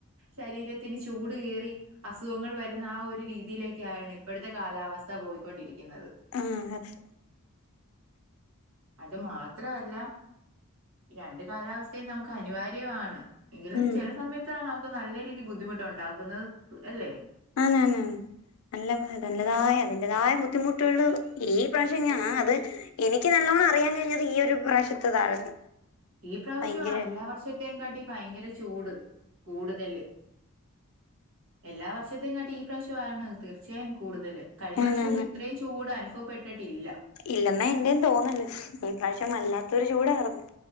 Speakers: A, on the right (about 75°); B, on the left (about 70°).
A: ശരീരത്തിന് ചൂട് കയറി അസുഖങ്ങൾ വരുന്ന ആ ഒ രു രീതിയിലേക്ക ആണ് ഇപ്പോഴത്തെ കാലാവസ്ഥ പോയിക്കൊണ്ടിരിക്കുന്നത്
B: ആഹ് അതെ
A: അത് മാത്രമല്ല രണ്ട് കാലാവസ്ഥയും നമുക്ക് അനിവാര്യമാണ് എങ്കിലും
B: ഉം
A: ചില സമയത്താ നമുക്ക് നല്ല രീതിൽ ബുദ്ധിമുട്ട്ണ്ടാക്കുന്നത് അല്ലേ
B: ആന്ന് ആന്ന ആ നല്ല നല്ലതായ അതിന്റെതായ ബുദ്ധിമുട്ടുള്ള ഈ പ്രാവശ്യം ഞാ അത് എനിക്ക് നല്ലോണ്ണം അറിയാൻ കഴിഞ്ഞത് ഈ ഒരു പ്രാവശ്യത്തതായിരുന്നു
A: ഈ പ്രാവശ്യം
B: ഭയങ്കര
A: എല്ലാ വർഷത്തെയും കാട്ടി ഭയങ്കര ചൂട് കൂടുതല് എല്ലാ വർഷത്തെയും കാട്ടി ഈ പ്രാവശ്യാണ് തീർച്ചയായും കൂടുതല് കഴിഞ്ഞ
B: ആന്നാന്ന്
A: വർഷംന്നും ഇത്രയും ചൂട് അനുഭവപ്പെട്ടിട്ടില്ല
B: ഇല്ലെന്ന എന്റെേയും തോന്നല് ഈ പ്രാവശ്യം വല്ലാത്തൊരു ചൂടാർന്നു